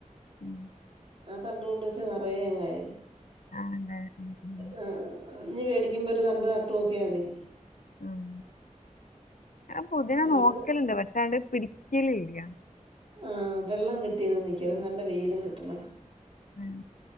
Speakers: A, on the left (about 80°); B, on the right (about 45°).
A: ഉം
B: ആഹ് തണ്ടുകൊണ്ട് വെച്ച നിറയെ അങ്ങായി
A: ആഹ് ഉണ്ടായി ഉം ഉം
B: ആ ഇനി വേടിക്കുമ്പോ ഒരു തണ്ട് നട്ട് നോക്കിയാ മതി
A: ഉം ഞാൻ പുതിന
B: എന്നിട്ട്
A: നോക്കലുണ്ട് പക്ഷാണ്ട് പിടി കില ഇല്യ
B: ആഹ് വെള്ളം കിട്ടി ഒന്നും നിക്കര്ത് നല്ല വെയില് കിട്ടണ്
A: ഉം